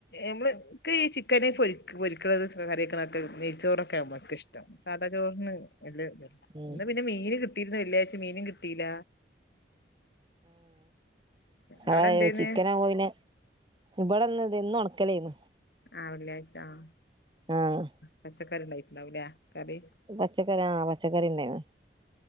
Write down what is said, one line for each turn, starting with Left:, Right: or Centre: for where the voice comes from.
Left: നമ്മൾക്ക് ഈ ചിക്കന് പൊ പൊരിക്കണ കറിക്കണൊക്കെ നെയ്ച്ചോറൊക്കെ നമ്മക്ക് ഇഷ്ടം സാദാ ചോറിന്ന് വല്യതില്ല
Right: ഉം
Left: ഇന്ന് പിന്നെ മീന് കിട്ടിയിര്ന്നു വെള്ളിയാഴ്ച മീനും കിട്ടിയില
Right: ആ
Left: അവിടെ
Right: അത
Left: എന്തേന്ന്
Right: ചിക്കനാബ പിന്നെ ഇവിടെന്ന് ഇത് ഇന്ന് ഒണക്കലോയിരുന്നു
Left: ആഹ് വെള്ളിയാഴ്ച്ച ആ
Right: ആഹ്
Left: പച്ചക്കറിണ്ടായിട്ടണ്ടാവുളേ കറി
Right: പച്ചക്കറി ആ പച്ചക്കറിന്നെയാണ്